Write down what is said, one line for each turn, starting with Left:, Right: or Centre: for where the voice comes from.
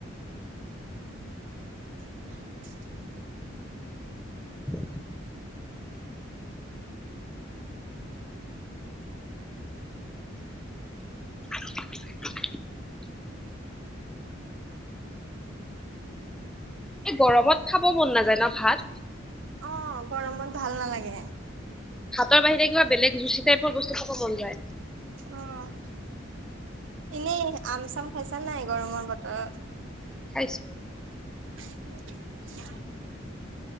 Right: <inaudible>
Centre: <inaudible> <inaudible> এই গৰমত খাব মন নাযায় ন ভাত?
Right: অ' গৰমত ভাল নালাগে।
Centre: ভাতৰ বাহিৰে কিবা বেলেগ যুচি টাইপৰ বস্তু খাব মন যায়।
Right: অ', এনেই আম চাম খাইছা নাই গৰমৰ বতৰত?
Centre: খাইছো।
Right: <inaudible>